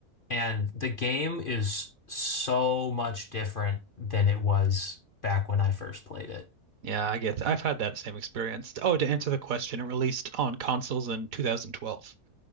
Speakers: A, on the left; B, on the right.
A: And the game is so much different than it was back when I first played it.
B: yeah, I get that. I've had that same experience. Oh, to answer the question, it released on consoles in 2012.